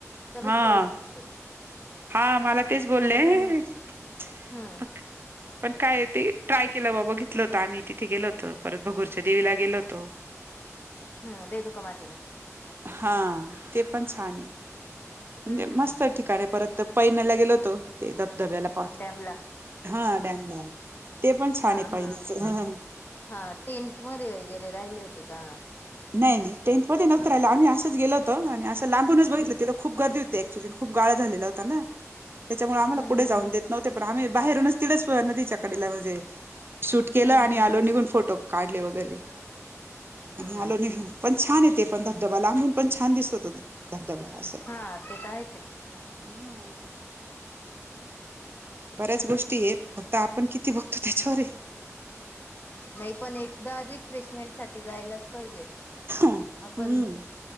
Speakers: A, on the left; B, on the right.
A: तरच
B: हा
A: तोवर निघतो. <inaudible>
B: हा मला तेच बोलले
A: त्याच्याने
B: म.
A: हम्म
B: <inaudible> पण काय ते ट्राय केलं बाबा घेतलं होतं आम्ही तिथे गेलो होत परत भगूरच्या देवीला गेलो होतो.
A: हम्म रेणुका मातेला.
B: हा ते पण छान आहे. म्हणजे
A: हम्म
B: मस्त ठिकाणी परत पैन्यला गेलो होतो ते धबधब्याला.
A: डॅमला
B: हा डॅमला ते पण छान
A: हा
B: आहे पैन्याच.
A: हा हा टेंटमध्ये वगैरे राहिले होते का?
B: नाही नाही टेंटमध्ये नव्हतं राहिलं आम्ही असंच गेल होतो आणि असं लांबूनच बघितलं
A: हम्म
B: ते लो खूप गर्दी होती ऍक्च्युली खूप गाळा झालेला होता ना. त्याच्यामुळे आम्हाला
A: हम्म
B: पुढे
A: हम्म
B: जाऊन देत नव्हते पण आम्ही बाहेरूनच तिलाच ना नदीच्या कडेला म्हणजे शूट केलं
A: हम्म
B: आणि
A: हम्म हम्म
B: आलो निघून फोटो काढले वगैरे.
A: हम्म
B: आणि आलो निघून पण छान ये ते पण धबधबा लांबून पण छान दिसतो तो धबधबा असं.
A: हा ते आहेचं हे.
B: ह बऱ्याचं गोष्टी हेतं फक्त आपण किती बघतो त्याच्यावर.
A: नाही पण एकदा रिफ्रेशमेंट साठी जायलाचं पाहिजे
B: हम्म
A: आपण